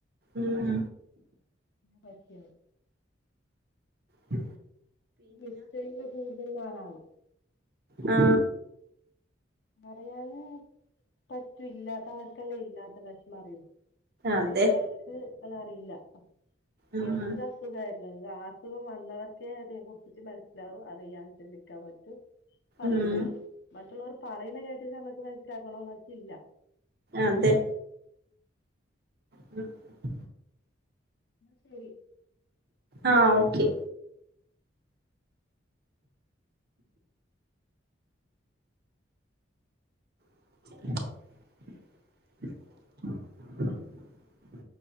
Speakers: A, on the right; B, on the left.
A: ഊം
B: പറ്റി
A: ഉ
B: ഗിഫ്റ്റ് ചെയ്ത കൂടും വല്യലാണ്
A: ആ
B: കരയാൻ പറ്റൂ ഇല്ലാത്തവർക്കല്ലേ ഇല്ലാത്ത വിഷ്മം അറിയും
A: അതെ
B: ചിലവർക്ക് അത് അറിയില്ല ഓ
A: ഉം
B: എന്തസുഖാര് <unintelligible> <unintelligible> വന്നവർ <unintelligible> അതെ കുറിച്ചിട്ട് മനസ്സിലാവൂ അറിയാൻ <unintelligible> അറിയുകയുള്ളൂ.
A: ഉം
B: മറ്റുള്ളവർക്ക് പറയുന്ന കേട്ടിട്ട് നമുക്ക് മനസ്സിലാക്കണോന്നു വച്ചില്ല.
A: അതെ. <unintelligible>
B: ശരി.
A: ആ! ഓക്കെ! <inaudible>